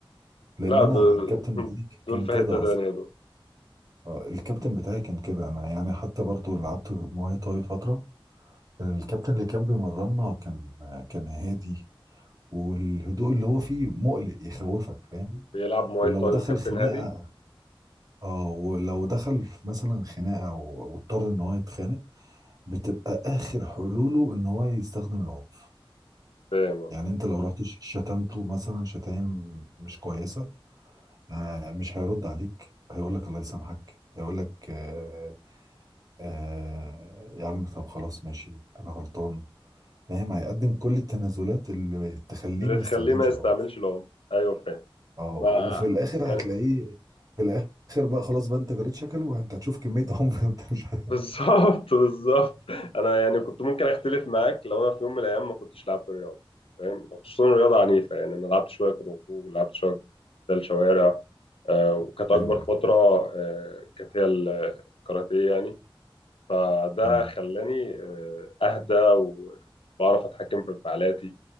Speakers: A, on the right (about 40°); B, on the left (about 85°).
A: لأن
B: لا
A: أنا
B: دول
A: الكابتن بتاعي
B: دول
A: كان
B: في
A: كده
B: حتة تانية
A: أصلا
B: دول
A: آه، الكابتن بتاعي كان كده أنا يعني حتى برضو لعبت مواي تاي فترة الكابتن اللي كان بيمرنا كان كان هادي والهدوء اللي هو فيه مقلق يخوفك فاهم
B: بيلعب مواي
A: ولو
B: تاي
A: دخل
B: وكابتن
A: خناقة
B: هادي
A: اه ولو دخل مثلا خناقة و- واضطر ان هو يتخانق بتبقى اخر حلوله ان هو يستخدم العنف
B: فاهم اه
A: يعني انت لو رحت ش- شتمته مثلا شتايم مش كويسه آه، مش هيرد عليك هيقول لك الله يسامحك هيقول لك آه آه يا عم طب خلاص ماشي انا غلطان فاهم هيقدم كل التنازلات اللي تخليه
B: اللي
A: ما
B: تخليه
A: يستخدمش
B: ما يستعملش
A: العنف
B: العنف ايوه فاهم
A: اه
B: ما
A: وفي الاخر
B: يعني
A: هتلاقيه في الاخر بقى خلاص بقى انت جريت شكل وانت هتشوف كميه عنف <laughs> انت مش هت-
B: بالظبط بالظبط انا يعني كنت ممكن اختلف معاك لو انا في يوم من الايام ما كنتش لعبت رياضه فاهم خصوصا رياضه عنيفه يعني انا لعبت شويه كونغ فو ولعبت شويه قتال شوارع آه، وكانت اكبر
A: ايوه
B: فتره آه، كانت هي الكاراتيه يعني فده
A: مم.
B: خلاني آه، اهدى وبعرف اتحكم في انفعالاتي